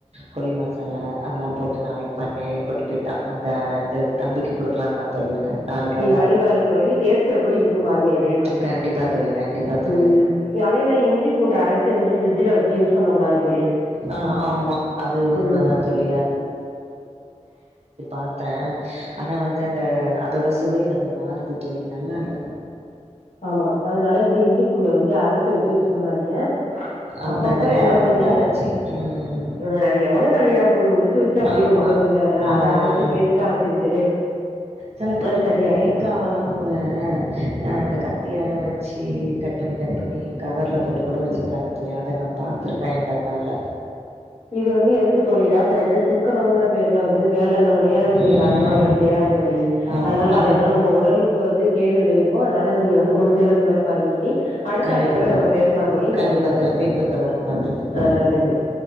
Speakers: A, on the right; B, on the left.
A: கொழி மசாலா அதெல்லா போட்டு நாளைக்கு பண்ணி கொண்டு போய் த இந்த இத தம்பிக்கு குடு க்லா தா தோழி இருக்க நாளைக்கு
B: பண்ணிப் பாருங்க தோழி டேஸ்ட் எப்படி இருக்குன்னு பாருங்க இதே மாதிரி
A: கண்டிப்பா தோழி, கண்டிப்பா தோழி.
B: உம் அதே மாதிரி இஞ்சி பூண்ட அரைச்ச வந்து பிரட்ஜ்ல வச்சு யூஸ் பண்ண கூடாது தோழி
A: ஆ ஆமா. அது உண்மதான்
B: உம்
A: தோழி. பாத்த ஆனா வந்து அந்த அதோட சுவை மாறுது தோழி நல்லால்ல
B: ஆமா அதனால வந்து இஞ்சி பூண்ட வந்து அர ச்சு வச்சி யூஸ் பண்ணாதீங்க அப்பப்ப
A: அந்தந்த நேரத்துக்கு
B: என்ன பண்ணுங்கஹ
A: அரைச்சு ம்.
B: ஹூ அது எவ்வளவு நாழியாக போகுது உரிச்சு வச்சு அப்படியே
A: ஆமா.
B: போடுறதுக்கு
A: ம்.
B: அத அரைச்சு பேஸ்டா வச்சுக்கிட்டு
A: சில பேரு
B: அது
A: இந்த
B: சரியா
A: தேங்காவெல்லாம்
B: இருக்காது
A: கூட அஹ் அந்த கட் த்தியால வச்சி கட் பண்ணி கட் பண்ணி கவர்ரல போட்டு கூட வச்சுக்கிறாங்க தோழி அத நான் பார்த்தருக்கேன் என் கண்ணால
B: இது வந்து எதுக்கு தோழினா சில பேர் சிக்கனங்கற பேர்ல வந்து வேல நம்ம நேரமின்மை
A: ம்.
B: காரணமா இன்மாரி செய்றாங்க தோழி
A: ஆமா.
B: அதனால
A: அதேமே
B: அதெல்லாம் நம்ம உடலுவுக்கு வந்து கேடு விளைவிக்கும் அத நீங்க வந்து முடிஞ்சளவு வர பாருங்க தோழி அடுத்த
A: கண்டிப்பா
B: அழைப்புல
A: தோழி.
B: நம்ம பேசலாம் தோழி
A: கண்டிப்பா
B: நன்றி தோழி
A: பின்பு தொடருவோம். நன்றி தோழி.
B: ஆஹ் நன்றி தோழி